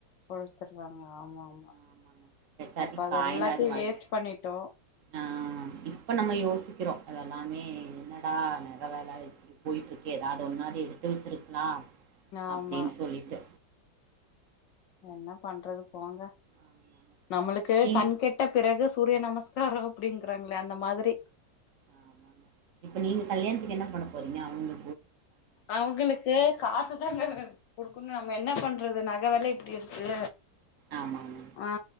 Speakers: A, on the left; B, on the right.
A: குடுத்துருந்தாங்க ஆமா ஆமா
B: ஆமாங்க பெசாட்டி
A: அப்ப அத
B: காயினாது
A: எல்லாத்தையு
B: வாங்கி
A: வேஸ்ட் பண்ணிட்டோ
B: ஆ இப்ப நம்ம யோசிச்சு க்கிறோ அதெல்லாமே என்னடா நக வெல இப்டி போயிட்டு இருக்கு ஏதாவது முன்னாடி எடுத்து வச்சிருக்கலா
A: ஆமா
B: அப்டின்னு சொல்லிட்டு
A: என்ன பண்றது போங்க
B: ஆமாங்க.
A: நம்மளுக்கு
B: நீங்
A: கண் கெட்ட பிறகு சூ சூரிய நமஸ்காரோ அப்டிங்கிறாங்களே அந்த மாதிரி
B: ஆமாங்க. இப்ப நீங்க கல்யாணத்துக்கு என்ன பண்ண போறீங்க அவுங்க
A: அவுங்களுக்கு காசு அதாங்க குடுக்கணு நம்ம என்ன பண்றது நக வெல இப்டி இருக்கு
B: ஆமா ஆமா
A: ஆ